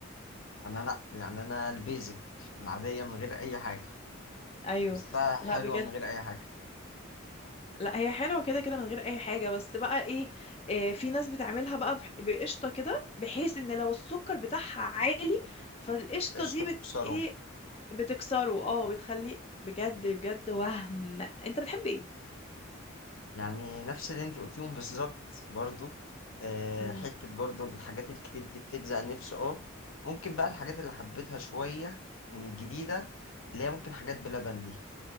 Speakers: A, on the left; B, on the left.
A: أنا لأ يعني أنا البيزك العادية من غير أي حاجة
B: ايوه
A: أحسها حلوة
B: لا بجد
A: من غير أي حاجة
B: لا هي حلوة كده كده من غير اي حاجة بس بقى ايه آه، في ناس بتعملها بقى بح- بقشطة كده بحيث ان لو السكر بتاعها عالي فالقشطة
A: قشطة
B: دي بت
A: تكسره
B: ايه بتكسره اه بتخليه بجد بجد وهم انت بتحب ايه
A: يعني نفس اللي انت قلتيهم بالظبط برضو آه،
B: امم
A: حتة برضو الحاجات الكتير دي بتجزع النفس اه ممكن بقى الحاجات اللي حبيتها شوية من الجديدة اللي هي ممكن حاجات بلبن دي